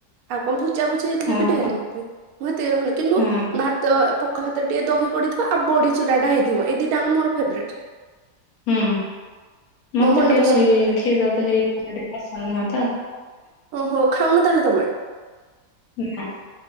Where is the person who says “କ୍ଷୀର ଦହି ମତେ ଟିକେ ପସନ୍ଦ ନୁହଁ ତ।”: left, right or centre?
Left